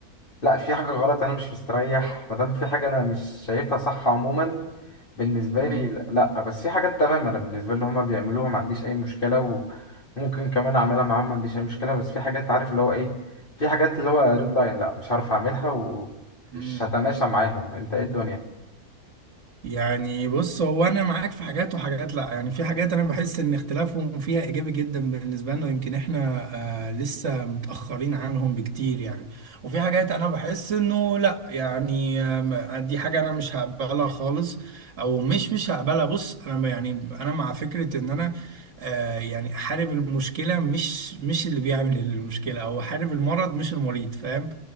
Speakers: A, on the left; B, on the right.
A: لا في حاجة غلط انا مش مستريح ما دام في حاجة انا مش شايفها صح عموما بالنسبة
B: أمم.
A: لي لا بس في حاجات تمام انا بالنسبة لي هما بيعملوها ما عنديش اي مشكلة وممكن كمان اعملها معاهم ما عنديش اي مشكلة بس في حاجات عارف اللي هو ايه في حاجات اللي هو ريد لاين لا مش هعرف اعملها ومش
B: أمم.
A: هتماشى معاهم انت ايه الدنيا
B: يعني بص هو انا معاك في حاجات وحاجات لا يعني في حاجات انا بحس ان اختلافهم فيها ايجابي جدا بالنسبه لنا ويمكن احنا آه لسه متاخرين عنهم بكتير يعني وفي حاجات انا بحس انه لا يعني آم، دي حاجه انا مش هقبلها خالص او مش مش هقبلها بص انا ب- يعني انا مع فكره ان انا آه يعني احارب المشكله مش مش اللي بيعمل المشكله او احارب المرض مش المريض فاهم